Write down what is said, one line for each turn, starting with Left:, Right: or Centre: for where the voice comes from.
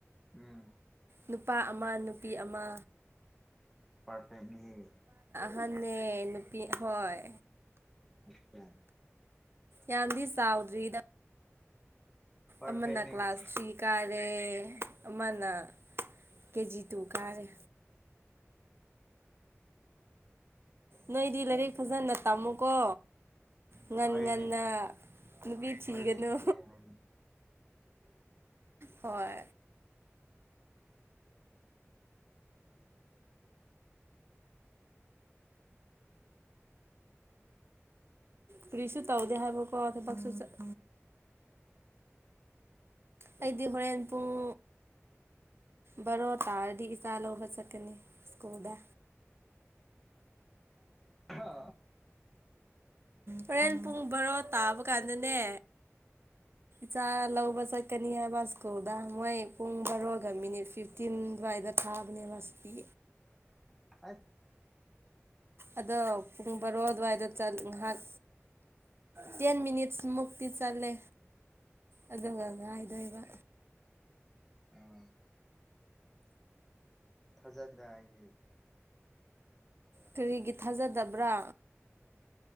Centre: ꯎꯝ
Right: ꯅꯨꯄꯥ ꯑꯃ ꯅꯨꯄꯤ ꯑꯃ
Centre: ꯄꯥꯔꯐꯦꯛꯅꯤꯍꯦ
Right: ꯃꯥꯅꯦ ꯅꯨꯄꯤ ꯍꯣꯏ
Centre: ꯑꯆꯥ
Right: ꯌꯥꯝꯗꯤ ꯆꯥꯎꯗ꯭ꯔꯤꯗ
Centre: ꯄꯔꯐꯦꯛꯅꯤ
Right: ꯑꯃꯅ ꯀ꯭ꯂꯥꯁ
Centre: ꯀꯩꯅꯣ
Right: ꯊ꯭ꯔꯤ ꯀꯥꯔꯦ ꯑꯃꯅ ꯀꯦꯖꯤ ꯇꯨ ꯀꯥꯔꯦ
Centre: <inaudible>
Right: ꯅꯣꯏꯗꯤ ꯂꯥꯏꯔꯤꯛ ꯐꯖꯅ ꯇꯝꯃꯨꯀꯣ ꯉꯟ
Centre: ꯍꯣꯏꯅꯦ
Right: ꯉꯟꯅ
Centre: ꯍꯣꯏꯅꯦ
Right: ꯅꯨꯄꯤ ꯊꯤꯒꯅꯨ
Centre: ꯍꯣꯏꯅꯦ ꯏꯆꯦ ꯍꯣꯏꯅꯦ
Right: ꯍꯣꯏ ꯀ꯭ꯔꯤꯁꯨ ꯇꯧꯗꯦ ꯍꯥꯏꯕꯀꯣ ꯊꯕꯛꯁꯨ ꯆꯠ ꯑꯩꯗꯤ ꯍꯣꯔꯦꯟ ꯄꯨꯡ ꯚꯥꯔꯣ ꯇꯥꯔꯗꯤ ꯏꯆꯥ ꯂꯧꯕ ꯆꯠꯀꯅꯤ ꯁ꯭ꯀꯨꯜꯗ
Centre: ꯍꯥ
Right: ꯍꯣꯔꯦꯟ ꯄꯨꯡ ꯕꯔꯣ ꯇꯥꯕ ꯀꯥꯟꯗꯅꯦ
Centre: <unintelligible>
Right: ꯆꯥ ꯂꯧꯕ ꯆꯠꯀꯅꯤ ꯍꯥꯏꯕ ꯁ꯭ꯀꯨꯜꯗ ꯃꯣꯏ ꯄꯨꯡ ꯕꯥꯔꯣꯒ ꯃꯤꯅꯤꯠ ꯐꯤꯐꯇꯤꯟ ꯑꯗꯨꯋꯥꯏꯗ ꯊꯥꯕꯅꯦꯕꯁꯤ
Centre: ꯑ
Right: ꯑꯗꯣ ꯄꯨꯡ ꯕꯥꯔꯣ ꯑꯗꯨꯋꯥꯏꯗ ꯉꯥꯏꯍꯥꯛ ꯇꯦꯟꯦꯟ ꯃꯤꯅꯤꯠꯁ ꯃꯨꯛꯇꯤ ꯆꯜꯦ ꯑꯗꯨꯒ ꯉꯥꯏꯗꯣꯏꯕ
Centre: ꯑꯥ ꯊꯥꯖꯗꯦ ꯍꯥꯏꯗꯤ
Right: ꯀꯔꯤꯒꯤ ꯊꯥꯖꯗꯕ꯭ꯔꯥ